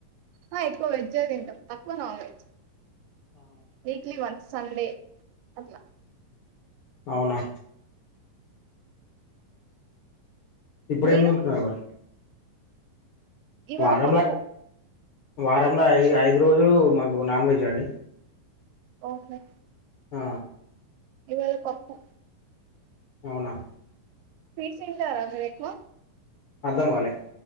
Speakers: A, on the right; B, on the left.
A: ఆ ఎక్కువ వెజే తింటాం తక్కువ నాన్ వెజ్
B: ఆహా
A: వీక్లీ వన్స్ సండే అట్లా
B: అవునా ఇప్పుడేమి
A: మీరు
B: వండుకున్నారు మరి
A: ఇవాళ
B: వారమ్ల
A: పప్పు
B: వారంలో ఐ ఐదు రోజులు మాకు నాన్ వెజ్ అండి.
A: ఓహో
B: ఆ
A: ఇవాళ పప్పు
B: అవునా
A: స్వీట్స్ తింటారా మీరు ఎక్కువ
B: అర్థం కాలే